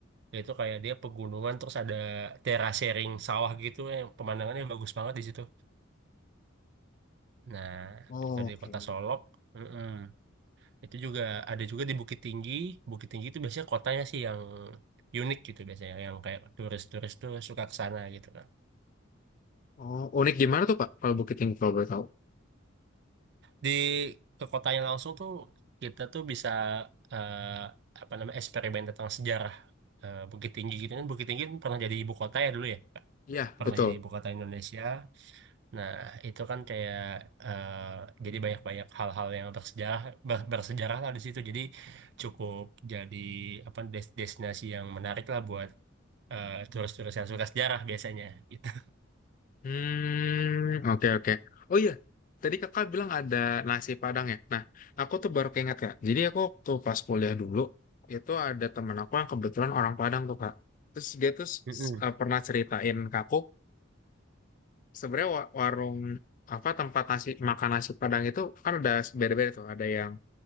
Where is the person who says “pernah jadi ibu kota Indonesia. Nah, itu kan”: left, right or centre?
Right